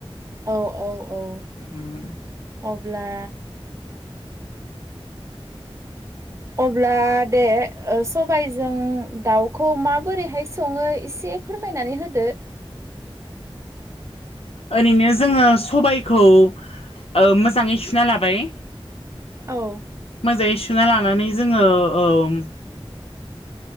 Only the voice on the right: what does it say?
औ औ औ।
अब्ला। अब्ला दे ओ सबायजों दाउखौ माबोरैहाय संङो एसे फोरमायनानै होदो।
औ।